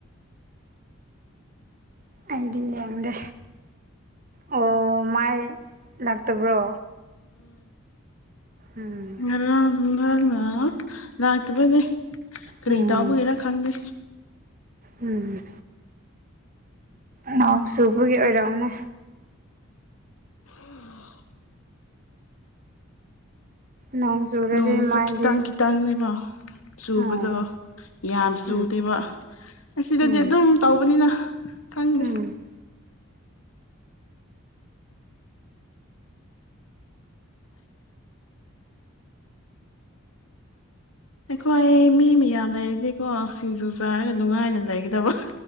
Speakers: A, on the right (about 40°); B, on the left (about 75°).
A: ꯑꯩꯗꯤ ꯌꯦꯡꯗꯦ ꯑꯣ ꯃꯥꯏ ꯂꯥꯛꯇꯕ꯭ꯔꯣ ꯎꯝ
B: ꯉꯥꯡ ꯉ ꯂꯥꯛꯇꯕꯅꯦꯦ ꯀꯔꯤꯗꯥꯎꯕꯔ
A: ꯎꯝ
B: ꯈꯥꯡꯒ
A: ꯎꯝ ꯅꯍꯣꯡ ꯁꯨꯕꯒꯤ ꯑꯣꯏꯔꯝꯅꯦ
B: ꯎꯝ
A: ꯅꯣꯡ ꯆꯨꯔꯗꯤ
B: ꯅꯣꯡꯁꯨꯈꯤ
A: ꯃꯥꯏꯗꯤ
B: ꯇꯪꯈꯤ ꯇꯪꯅꯦꯕ ꯆꯨꯕꯗꯣ
A: ꯑꯥ
B: ꯌꯥꯝ ꯆꯨꯗꯦꯕ
A: ꯎꯝ
B: ꯑꯁꯤꯗꯗꯤ
A: ꯎꯝ
B: ꯑꯗꯨꯝ ꯇꯧꯕꯅꯤꯅ ꯈꯪꯗꯦ
A: ꯎꯝ
B: ꯑꯩꯈꯣꯏ ꯃꯤ ꯃꯌꯥꯝ ꯂꯩꯔꯗꯤꯀꯣ ꯁꯤꯡꯖꯨ ꯆꯥꯔꯒ ꯅꯨꯡꯉꯥꯏꯅ ꯂꯩꯒꯗꯕ